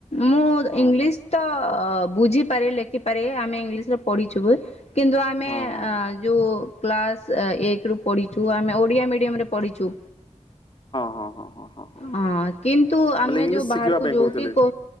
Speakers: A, on the left; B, on the left.
A: ମୁଁ
B: ହଁ
A: ଇଂଲିଶ ତ ଅ ବୁଝିପାରେ ଲେଖିପାରେ ଆମେ ଇଂଲିଶ ରେ ପଢିଚଛୁ। କେନ୍ଦୁ ଆମେ
B: ହଁ ହଁ
A: ଯୋଉ ପ୍ଲାସ୍ ଏକରୁୁ ପ଼ିଛୁ ଆମେ ଓଡ଼ିଆ ମିଡ଼ିୟମରେ ପଢ଼ଛୁ
B: ହଁ ହଁ ହଁ ହଁ ହଁ
A: ହଁ କିନ୍ତୁ ଆମେ
B: ବୋଲେ ଇଂଲିଶ
A: ଯୋଉ ବାହାରକୁ
B: ଶିଖିବା ପାଇଁ
A: ଯାଉ
B: କହୁଥିଲେ
A: କି କ?